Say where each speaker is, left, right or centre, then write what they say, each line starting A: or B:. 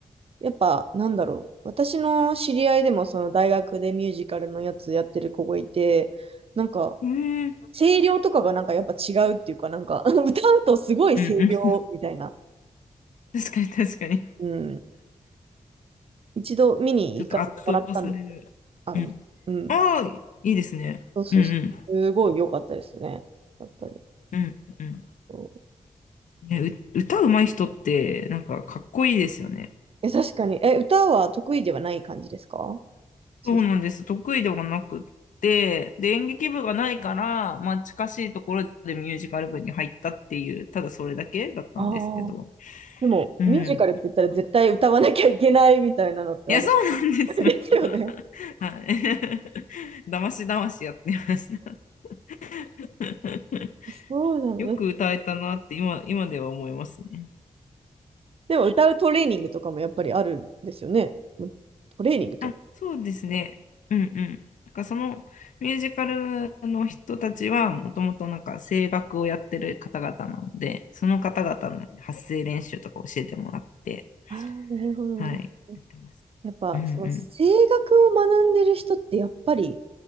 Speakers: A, on the right; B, on the left.
A: う、やっぱ、なんだろう。私の知り合いでも、その大学でミュージカルのやつやってる子がいて、なんか、
B: うん。えー、
A: 声量とかがなんかやっぱ違うっていうか、なんか <laughs> 歌うとすごい声量みたいな。
B: うんうん。<laughs> 確かに確かに。
A: うん。一度見に行かせてもらったんで、
B: ちょっと圧倒される。
A: あ、
B: うん。
A: ごめん。うん。
B: ああ、いいですね。
A: そうそうそう。
B: うんうん。
A: すごい良かったですね。やっぱり。
B: うんうん。
A: そう
B: ね、う、歌うまい人って、なんかかっこいいですよね。
A: え、確かに。え、歌は得意ではない感じですかし
B: そうなんです。得意ではなくって、で、演劇部がないから、まあ近しいところでミュージカル部に入ったっていう、ただそれだけだったんですけど。
A: ああー。でも、
B: うん。
A: ミュージカルって言ったら絶対歌わなきゃいけないみたいなのってあれ
B: いや、そうなんですよ。
A: ですよね。
B: はい。<laughs> だましだましやってました。<laughs>
A: そうなの。
B: よく歌えたなって今、今では思いますね。
A: でも、歌うトレーニングとかもやっぱりあるんですよね。もうトレーニングっていうの。
B: あ、そうですね。うんうん。なんかそのミュージカルの人たちはもともとなんか声楽をやってる方々なので、その方々の発声練習とか教えてもらって、
A: ああー、なるほど、
B: はい、
A: なるほど。
B: やってました。
A: やっぱ、
B: うんうん。
A: その声楽を学んでる人ってやっぱり、